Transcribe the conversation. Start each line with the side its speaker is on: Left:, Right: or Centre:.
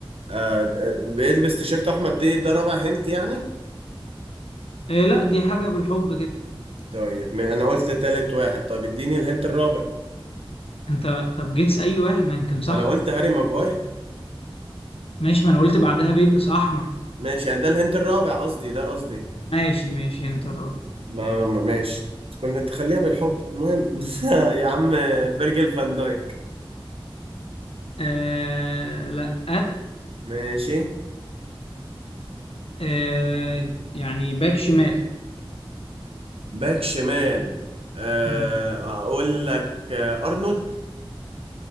Right: آه، بيلبس تيشيرت احمر دي ده رابع هنت يعني
Left: آه لا دي حاجه بالحب كده
Right: طيب ما انا قلت تالت واحد طب اديني الهنت الرابع
Left: انت طب جيس اي واحد ما يمكن صح
Right: ما انا قلت هاري ماجواير
Left: ماشي ما انا قلت بعدها بيلبس احمر
Right: ماشي يعني ده الهنت الرابع قصدي ده قصدي
Left: ماشي ماشي انت الراجل
Right: ما ما- ماشي كنت تخليها بالحب المهم <laughs> يا عم فيرجل فان دايك
Left: آه لا
Right: ماشي
Left: آه يعني باك شمال
Right: باك شمال آه،
Left: مم.
Right: اقول لك آه، ارنولد